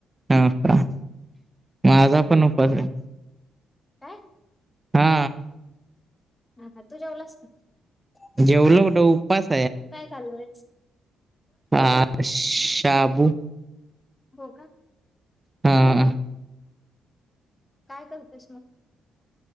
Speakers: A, on the right; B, on the left.
A: ह <inaudible> माझा पण उपास हाय.
B: काय
A: हा
B: हा - हा तू जेवलास का?. -
A: जेवलो कुठं? उपास
B: काय? खांललयस...
A: ह शाबून...
B: होव का....
A: हा, हम्म..
B: काय? करतोस मग...